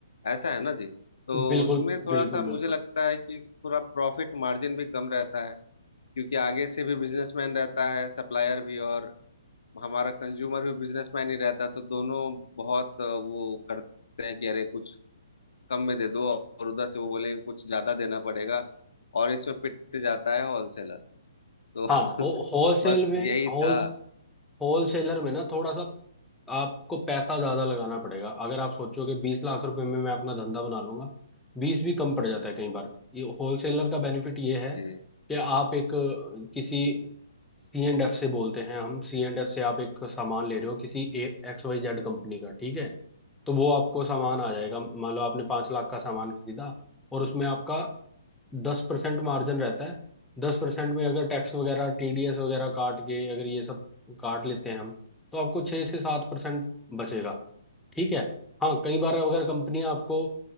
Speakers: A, on the left; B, in the centre.
A: ऐसा है ना जी तो
B: बिल्कुल
A: उसमें थोड़ा
B: बिल्कुल
A: सा मुझे
B: बिल्कुल
A: लगता है कि थोड़ा प्रॉफिट मार्जिन भी कम रहता है क्योंकि आगे से भी बिजनेसमैन रहता है सप्लायर भी और हमारा कंज्यूमर भी बिजनेसमैन ही रहता है तो दोनों बहुत अ, वो करते हैं कि अरे कुछ कम में दे दो और उधर से वो बोलेंगे कुछ ज्यादा देना पड़ेगा और इसमें पिट जाता है होलसेलर तो
B: हाँ
A: <laughs>
B: होलसेल
A: बस
B: में
A: यही था
B: होल होलसेलर में ना थोड़ा सा आपको पैसा ज्यादा लगाना पड़ेगा अगर आप सोचोगे बीस लाख रुपए में मैं अपना धंधा बना लूंगा बीस भी कम पड़ जाता है कई बार ये होलसेलर का बेनिफिट ये है
A: जी
B: कि आप एक अ, किसी सी एंड एफ से बोलते हैं हम सी एंड एफ से आप एक सामान ले रहे हो किसी एक्स वाई जेड कंपनी का ठीक है तो वो आपको सामान आ जाएगा मान लो आपने पांच लाख का सामान खरीदा और उसमें आपका दस परसेंट मार्जिन रहता है दस परसेंट में अगर टैक्स वगैरह टीडीएस वगैरह काट के अगर ये सब काट लेते हैं हम तो आपको छः से सात परसेंट बचेगा ठीक है हाँ कई बार अगर कंपनियां आपको